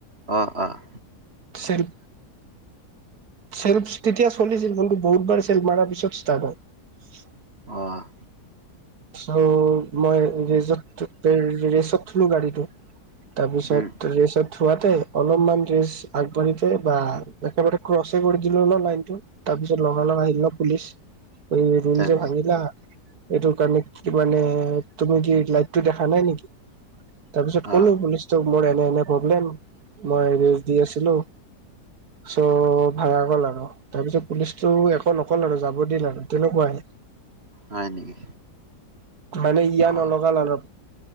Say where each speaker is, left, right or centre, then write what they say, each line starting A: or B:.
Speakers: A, on the right (about 40°); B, on the right (about 70°).
A: অ', অ'।
B: চিলফ চেল্ফ তেতিয়া চলিছিল কিন্তু বহুতবাৰ চেল্ফ মৰাৰ পিছত ষ্টাৰ্ট হয়।
A: অ'।
B: চ' মই ৰেচত ৰেচত থলো গাড়ীটো। তাৰপিছত
A: উম
B: ৰেচত থোৱাতে অলপমান ৰেচ আগবাঢ়িতে বা একেবাৰে ক্ৰচ কৰি দিলো ন লাইনটো। তাৰ পিছত লগা লগা আহিল ন পুলিচ এই ৰুল
A: তাৰপিছত
B: যে ভাঙিলা এইটো কাৰনে কি মানে তুমি কি লাইটতটো দেখা নাই নেকি তাৰ পিছত
A: অ'
B: কলো পুলিচ মোৰ এনে এনে প্ৰব্লেম মই দি আছিলো। চ' ভঙা গ'ল আৰু। তাৰ পিছত পুলিচতটো একো নকল আৰু যাব দিল আৰু তেনেকুৱাই।
A: হয় নেকি?
B: মানে ইয়
A: অ'
B: নলগাল আৰু